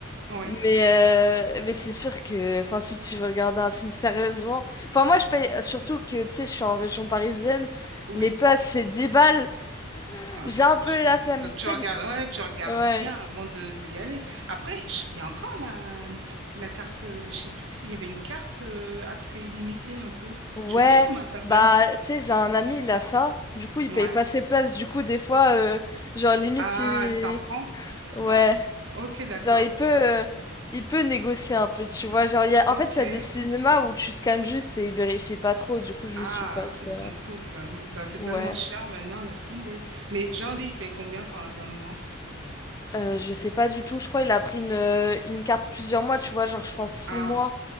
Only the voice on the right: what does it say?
Oui.
Oui.
Ah,
c'est
trop
chiant.
Donc tu
regardes,
ouais, tu regardes
bien avant de, d'y aller. Après, je- il y a encore la, la carte, euh, je sais plus s'il y avait une carte euh, accès illimité un peu.
J'ai oublié comment elle s'appelle.
Ouais.
Ah,
t'en prends? Enfin,
ok, d'accord.
Ok.
Ah,
ils sont cool, bah oui. Bah c'est
tellement cher maintenant, laisse tomber. Mais genre lui, il paye combien par, dans le mois?
Ah,